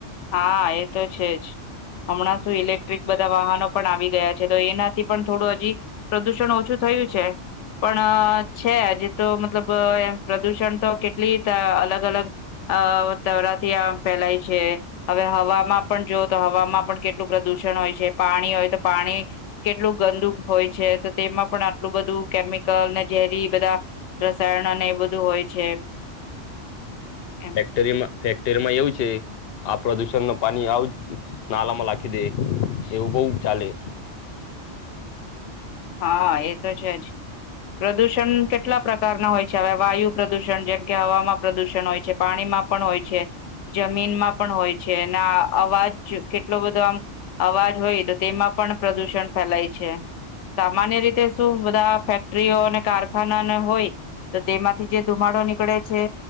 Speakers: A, on the left; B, on the left.
A: હા એ તો છે જ હમણાં શું ઇલેક્ટ્રિક બધા વાહનો પણ આવી ગયા છે તો એનાથી પણ થોડું હજી પ્રદુષણ ઓછું થયું છે પણ છે હજ તો મતલબ એમ પ્રદુષણ તો કેટલી અલગ અલગ અ તરાથી આ ફેલાય છે હવે હવામાં પણ જોઓ તો હવામાં પણ કેટલું પ્રદુષણ હોય છે પાણી હોય તો પાણી કેટલું ગંદુ હોય છે તો તેમાં પણ આટલું બધું કેમિકલ ને ઝેરી બધા રસાયણ અને એ બધું હોય છે એમ
B: ફેક્ટરીમાં ફ તેરમાં એવું છે આ પ્રદુષણ ન પાણી આવું જ નાલામાં લખી દે એવું બહ ચાલે
A: હા એ તો છે જ પ્રદુષણ કેટલા પ્રકારના હોય છે હવે વાયુ પ્રદુષણ જેમ કે હવામાં પ્રદુષણ હોય છે પાણીમાં પણ હોય છે જમીનમાં પણ હોય છે અને અવાજ કેટલો બધો આમ અવાજ હોય તો તેમાં પણ પ્રદુષણ ફેલાય છે સામાન્ય રીતે શું બધા ફેક્ટરીઓ અને કારખાનાને હોય તો તેમાંથી જે ધુમાડો નીકળે છે